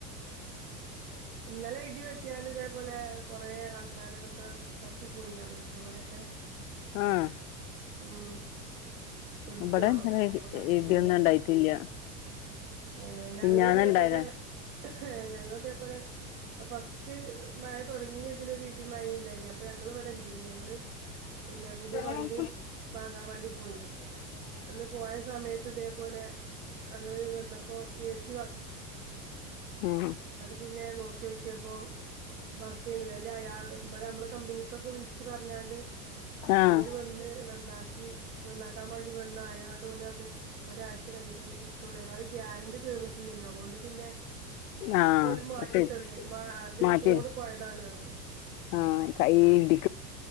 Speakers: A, on the right; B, on the left.
A: <inaudible> ഇന്നലെ ഇടി വെട്ടിയാണ്ട് ഇതേപോലെ കൊറെേ ആൾക്കാര തൊക്കെ കത്തിപ്പോയി ർഞ്ഞിട്ട് ഇവിടൊക്കെ.
B: ആഹ്.
A: ഉം ഫ്രിഡ്ജോ
B: ഇവിടെ ഇന്നലെ ഇടി
A: കത്തി
B: ഇടിയൊന്നും
A: പോയിന
B: ഉണ്ടായിട്ടില്ല
A: ഏ ഞങ്ങള്
B: മിനിഞ്ഞാന്ന്
A: ഇതേപോലെ
B: ഉണ്ടായതാ
A: ഹ് ഞങ്ങള് ഇതേപോലെ ആ ഫസ്റ്റ് മയ തുടങ്ങിയതിലൊര് ഇടിം മയിം ണ്ടേനി അപ്പൊ ഞങ്ങൾ ഇവിടെ ഇല്ലേനി ഞങ്ങള്. പിന്നെ പുത്യായ
B: ആഹ്
A: വണ്ടിം വാങ്ങാം വാണ്ടി പോയിനി അന്ന് പോയ സമയത്ത് തേപോലെ അങ്ങള് വന്നപ്പോ ഈസ്
B: ഉം
A: <unintelligible> പിന്നെ നോക്കി നോക്കിയപ്പൊ വർക്ക് ചെയ്യുന്നില്ല അയ്ല് അയാൾ ഇബടെ നമ്മള് കമ്പനിക്കൊക്കെ വിളിച്ച് പറഞ്ഞാണ്ട്
B: ആഹ്
A: ഓല് വന്ന്‌ നന്നാക്കി നന്നാക്കാൻ വേണ്ടി വന്നായോണ്ട് ഓലർഞ്ഞ് ഒരാഴ്ച കഴിഞ്ഞിട്ട് കിട്ടുള്ളൂ ഏതായാലും ഗ്യാരണ്ടി തീ <unintelligible> അതുകൊണ്ട് പിന്നെ
B: ആഹ്
A: ഓല് മാറ്റി
B: ശരി
A: തന്ന്‌ മാ അത്
B: മാറ്റി
A: ബോഡ് പോയതാണ് അർഞ്
B: ആഹ് കൈ ഇടി